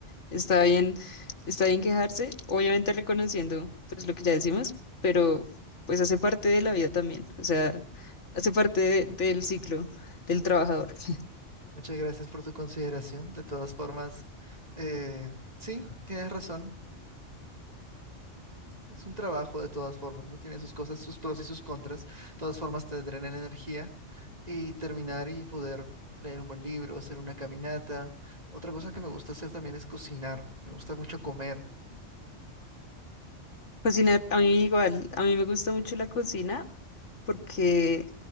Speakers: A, on the left (about 75°); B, on the right (about 35°).
A: está bien, está bien quejarse, obviamente reconociendo pues lo que ya decimos, pero pues hace parte de la vida también, o sea, hace parte de- del ciclo del trabajador. <laughs>
B: Muchas gracias por tu consideración. De todas formas, eh, sí, tienes razón. Es un trabajo de todas formas, ¿no? Tiene sus cosas, sus pros y sus contras. De todas formas te drenan energía y terminar y poder leer un buen libro, hacer una caminata. Otra cosa que me gusta hacer también es cocinar. Me gusta mucho comer.
A: Cocinar, a mí igual, a mí me gusta mucho la cocina porque